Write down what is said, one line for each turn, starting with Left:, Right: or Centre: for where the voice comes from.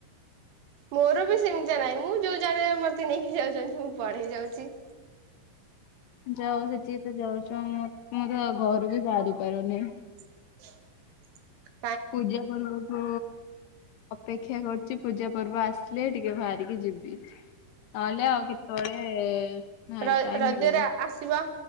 Right: ମୋର ବି ସେମିତି ନାହିଁ ମୁଁ ଯୋଉ ଜଣେ ମତେ ନେଇକି ଯାଉଛନ୍ତି ମୁଁ ପଢେଇ ଯାଉଛି
Left: ଯାଉ ସେଥିି ତ ଯାଉଛ ମୁଁ ତ ଘରୁ ବି ସାାରି ପାରୁନି
Right: <inaudible>
Left: ପୂଜା ପର୍ ମୁଁ ଅପେକ୍ଷା କରୁଛି ପୂଜା ପର୍ବ ଆସିଲେ ଟିକେ ବାହାରିକି ଯିବି ଆଲେ ଆଉ କି ଥୋଳେ ନାାଇ
Right: ର
Left: ଟାଇମ
Right: ରଜରେ
Left: ମିଳେନ
Right: ଆସିବା